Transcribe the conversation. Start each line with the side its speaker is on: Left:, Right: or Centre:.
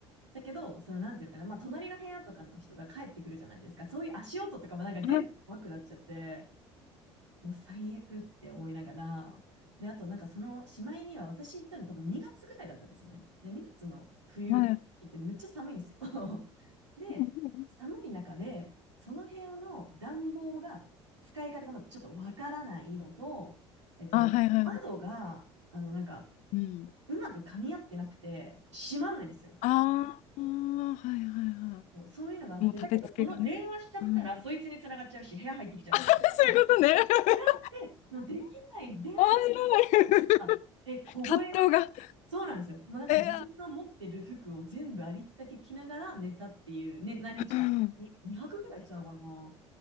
Right: だけど、そのなんていうのかな、まあ隣の部屋とかの人が帰ってくるじゃないですか。そういう足音とかもなんか全部怖くなっちゃって、
Left: うん。
Right: もう最悪って思いながら、で、あとなんかそのしまいには私行ったの多分2月ぐらいだったんですね。で、2月の冬行ってむっちゃ寒いんですよ。
Left: あ、はい。
Right: <laughs> で、
Left: うんうんうん
Right: 寒い中で、その部屋の暖房が使い方がまだちょっとわからないのと、えっと、
Left: あはいうん
Right: 窓が、あの、なんか、
Left: うん
Right: うまく噛み合ってなくて、閉まんないんですよ。
Left: あはいはいはい。うん。ああ、はいはいは
Right: そうそういうのがあって、
Left: い。もう立て付けがね。
Right: だけど、その電話しちゃったら、
Left: うん。
Right: そいつに繋がっちゃうし、部屋入ってきちゃうし、
Left: <laughs> あ、そういうことね。
Right: あっ
Left: <laughs>
Right: てなって、もうできない、電話で
Left: 面白い。
Right: あ、え、凍えながら、
Left: 葛藤が。
Right: そうなんですよ。もうだから自分が持ってる服を全部ありったけ着ながら寝たっていう、
Left: えー、
Right: ね、何日か、
Left: うん
Right: に2泊ぐらいしたのかなっ